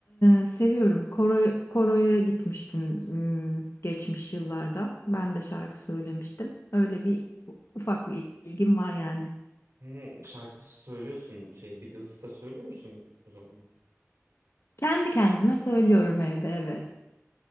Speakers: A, on the left; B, on the right.
A: e, seviyorum. Koro'ya koroya gitmiştim hmm, geçmiş yıllarda. Ben de şarkı söylemiştim. Öyle bir u- ufak bir ilgim var yani.
B: Hmm, şarkı söylüyorsun şey Beatles'ı da söylüyor musun o zaman?
A: Kendi kendime söylüyorum evde evet.